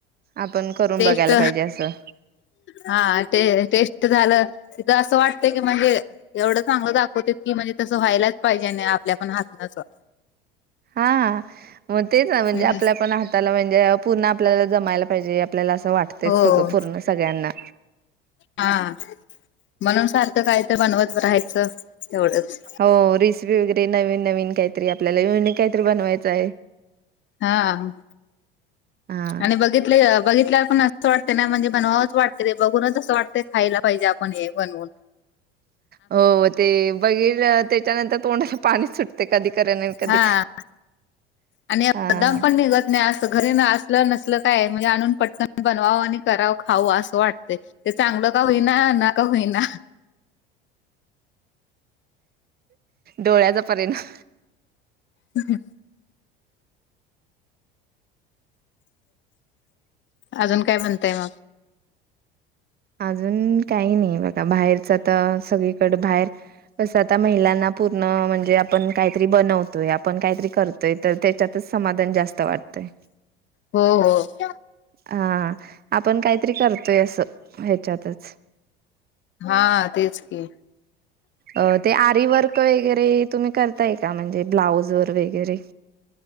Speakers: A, on the right (about 30°); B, on the left (about 40°).
A: आपण करून
B: टेस्ट
A: बघायला पाहिजे असं.
B: हा ते टेस्ट झालं, तिथं असं वाटतं की म्हणजे एवढं चांगलं दाखवतेत की म्हणजे तसं व्हायलाच पाहिजे आणी, आपल्यापण हातनं असं.
A: हा. मग तेच ना म्हणजे
B: हम्म
A: आपल्या पण हाताला म्हणजे पूर्ण आपल्याला जमायला पाहिजे,, आपल्याला असं वाटतयच
B: हो
A: सगळं पूर्ण सगळ्यांना.
B: हा, म्हणून सारखं काय तर बनवत राहायचं,, तेवढंच.
A: हो, रेसिपी वगैरे नवीन नवीन काहीतरी आपल्याला युनिक काहीतरी बनवायचं आहे.
B: हा.
A: हा
B: आणि बघितले बघितल्याला पण असंच वाटतें ना, म्हणजे बनवावंच वाटतं ते, तेबघूनच असं वाटतें खायला पाहिजे. पण हे बणवून.
A: हो ते बगर त्याच्यानंतर तोंडाला पाणी सुटतय, कधी करेन कधी
B: हा, आणि
A: हा
B: ब दमपण निगत नाही असत घर न असत लं नसलं काय,, म्हणजे आणून पटकन बनवावं आणि करावं खावं असं वाटतंय. ते चांगलं का हूईना, ना का हूईना.
A: डोळ्याचा परिणाम.
B: ह हम्म. अजून काय म्हणताय मग.
A: अजून काही नाही बघा,, बाहेरचं आता सगळीकडं बाहेर कसं आता महिलांना पूर्ण म्हणजे आपण काहीतरी बनवतोय, आपण काहीतरी कर तर त्याच्यातच समाधान जास्त वाटतंय.
B: हो हो.
A: हा, आपण काहीतरी करतोय असं ह्याच्यातच.
B: हा तेच की.
A: अ ते आरी वर्क वगैरे तुम्ही करताय का म्हणजे ब्लाऊज वर वगैरे?